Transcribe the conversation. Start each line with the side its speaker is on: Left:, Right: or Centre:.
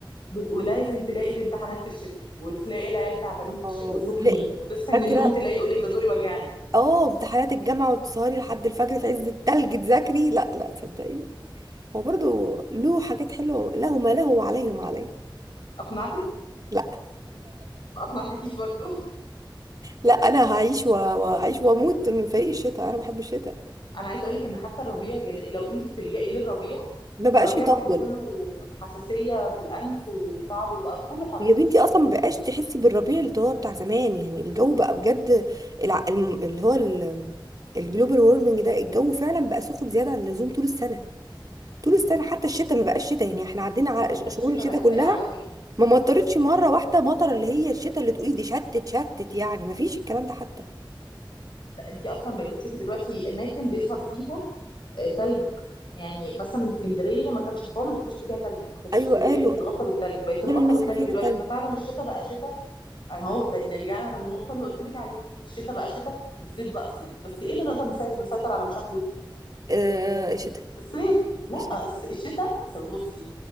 Left: ب- ولازم تلاقي الامتحانات في الشتاء وتلاقي العيال تعبانين في
Right: اه
Left: الشتاء وسخنين
Right: وتلاقي
Left: وتصحي
Right: فاكرة
Left: من النوم تلاقي يقول لك ده زوري وجعني
Right: اه امتحانات الجامعة وتسهري لحد الفجر في عز التلج تذاكري لا لا تصدقي هو برضو له حاجات حلوة له ما له وعليه ما عليه
Left: اقنعتك
Right: لا
Left: ما اقنعتكيش برضو
Right: لا انا هعيش و- وهعيش واموت من فريق الشتاء انا بحب الشتاء
Left: انا عايزه اقول لك ان حتى الربيع يعني لو انت بتلجئي للربيع
Right: ما بقاش
Left: فالربيع
Right: يطول
Left: برضو كله حساسيه في الانف وصعب وبقى كله حر
Right: يا بنتي اصلا ما بقاش تحسي بالربيع اللي هو بتاع زمان يعني الجو بقى بجد الع... الم- اللي هو الجلوبال وورمنج ده الجو فعلا بقى سخن زيادة عن اللزوم طول السنة طول السنة حتى الشتاء ما بقاش شتاء يعني احنا عدينا على
Left: حتى
Right: ش- شهور
Left: الشتاء
Right: الشتاء
Left: بقى ساقع
Right: كلها
Left: قوي
Right: ما مطرتش مرة واحدة مطر اللي هي الشتاء اللي تقولي دي شتت شتت يعني ما فيش الكلام ده حتى
Left: ده انت اصلا بقيتي تشوفي دلوقتي اماكن بيظهر فيها آه، تلج يعني مثلا اسكندريه ما كانتش خالص بتشتي فيها تلج ما كانتش
Right: ايوه
Left: اسكندريه
Right: قالوا
Left: دي بتغطى بالتلج بقت تتغطى
Right: قالوا نزل
Left: بالتلج
Right: فيها
Left: دلوقتي
Right: تلج
Left: ففعلا الشتاء بقى شتاء اهو زي نرجعنا للنقطه اللي قلت لك عليها الشتاء بقى شتاء والصيف بقى صيف بس ايه اللي نقدر نسي- نسيطر على مشاكله
Right: آه، الشتاء
Left: صيف لا
Right: الشتاء
Left: الس- الشتاء س- بصي